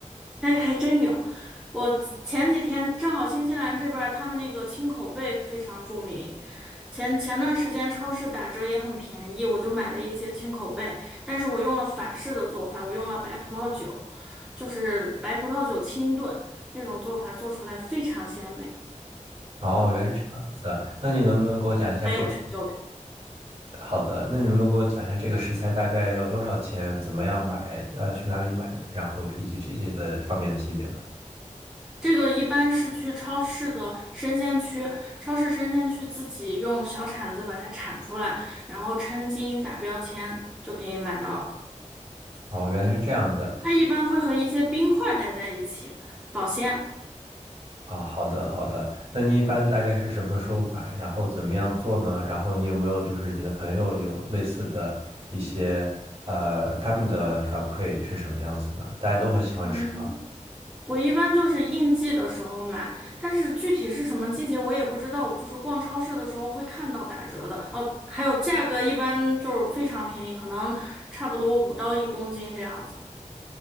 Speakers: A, in the centre; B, on the right (about 50°).
A: 哎，还真有。我前几天正好新西兰这边儿他们那个青口贝非常著名，前前段时间超市打折也很便宜，我就买了一些青口贝，但是我用了法式的做法，我用了白葡萄酒，就是白葡萄酒清炖那种做法，做出来非常鲜美，
B: 哦，原来是这样子啊。那你能不能给我讲一下这个？
A: 很有成就感。
B: 好的，那你能不能给我讲一下这个食材大概要多少钱？怎么样买？呃，去哪里买？然后以及这些的方面的细节呢？
A: 这个一般是去超市的生鲜区，超市生鲜区自己用小铲子把它铲出来，然后称斤打标签就可以买到了。
B: 哦，原来是这样子。
A: 它一般会和一些冰块儿待在一起保鲜。
B: 啊，好的好的，那你一般大概是什么时候买，然后怎么样做呢？然后你有没有就是你的朋友有类似的一些呃他们的反馈是什么样子呢？大家都很喜欢吃吗？
A: 嗯，我一般就是应季的时候买，但是具体是什么季节我也不知道。我就是逛超市的时候会看到打折的，哦，还有价格一般就是非常便宜，可能差不多五到一公斤这样子。